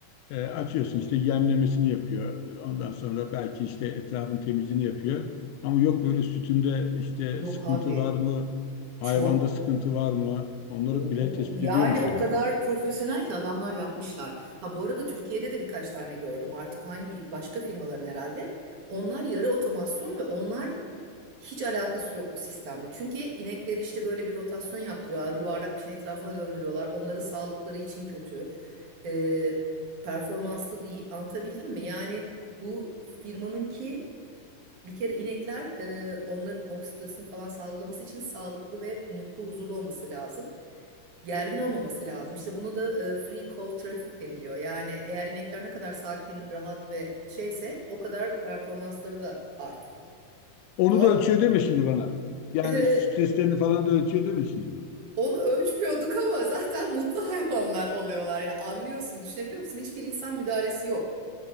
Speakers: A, on the left; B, on the right.
A: e, açıyorsun işte yemlemesini yapıyor. Ondan sonra belki işte etrafın temizliğini yapıyor. Ama yok böyle sütünde işte
B: yok
A: sıkıntı
B: abi
A: var mı? Hayvanda
B: çok
A: sıkıntı var mı? Onları
B: o-
A: bile
B: o-
A: tespit
B: yani
A: ediyormuş
B: o
A: yani.
B: kadar profesyonel ki adamlar yapmışlar. Ha bu arada Türkiye'de de birkaç tane gördüm. Artık hangi başka firmaların herhalde. Onlar yarı otomasyon ve onlar hiç alakası yok bu sistemle. Çünkü inekleri işte böyle bir rotasyon yaptırıyorlar. Yuvarlak bir şeyin etrafına döndürüyorlar. Onların sağlıkları için kötü. Ee, performanslı değil. Anlatabildim mi? Yani bu firmanınki Bir kere inekler e, onların oksitosin falan salgılaması için sağlıklı ve mutlu, huzurlu olması lazım. Gergin olmaması lazım. İşte bunu da e, free cow traffic deniliyor. Yani eğer inekler ne kadar sakin, rahat ve şeyse o kadar performansları da artıyor.
A: Onu
B: Doğal
A: da ölçüyor deme şimdi bana.
B: <laughs>
A: Yani
B: e,
A: streslerini falan da ölçüyor deme şimdi bana.
B: onu ölçmüyorduk ama zaten mutlu hayvanlar oluyorlar ya. Anlıyorsun, düşünebiliyor musun? Hiçbir insan müdahalesi yok.